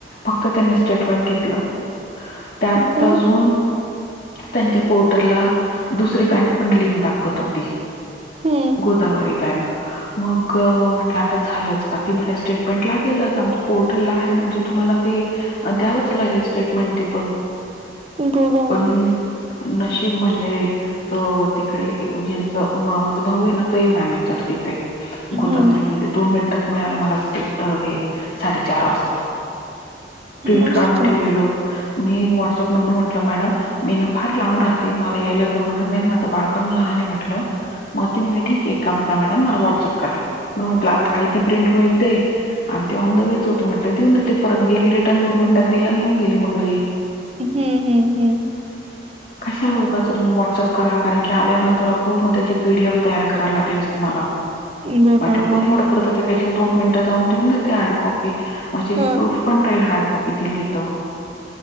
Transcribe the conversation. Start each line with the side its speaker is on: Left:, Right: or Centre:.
Left: फक्त त्यांनी स्टेटमेंट घेतल त्यात
Right: हम्म
Left: अजून त्यांच्या पोर्टरला दुसरी बँक पण लिंक दाखवत होती.
Right: हम्म
Left: गोदावरी बँक मग म्हटलं आता झालंच, का ती म्हणे स्टेटमेंट लागेलच आमची पोर्टलला हाय म्हणजे तुम्हाला ते, द्यावंच लागेल स्टेटमेंट ते पण
Right: बरोबर
Left: पण नशीब म्हणजे तर तिकडे यांच मावस भाऊ आहे ना, ते मॅनेजर तिथे
Right: हम्म
Left: गोदावरी मध्ये दोन मिनिटात मिळालं मला सेट हे साडेचार वास प्रिंट
Right: मस्त
Left: काढून ठेवलेलो, मी व्हाट्स अप नंबर म्हटल मॅडम मी ना फार लांब राहते, मला यायला जमणार नाही, माझं बाळपण लहान म्हंटल. मग ती म्हणे ठीकय, एक काम करा मॅडम मला व्हॉट्सअप करा, म्हण, म्हटलं आयती प्रिंट मिळते. आणि ते ऑन द वेच होत म्हटलं देऊन तिथे परत गेली रिटर्न दोन मिनिटात दिल आणि येऊन गेली मग घरी
Right: हम्म हम्म हम्म
Left: कशाला उघाचं मग व्हॉट्सअप करा, कारण की आल्यानंतर अगं मग त्याची पी डी एफ तयार करायला लागली असती मला.
Right: बरोबर
Left: म्हटलं कोण एवढं करत, त्यापेक्षा दोन मिनिटं जाऊन देऊन देते हार्ड कॉपी. म्हणजे
Right: हा
Left: प्रूफ पण पहिलं हार्ड कॉपी बिल येत.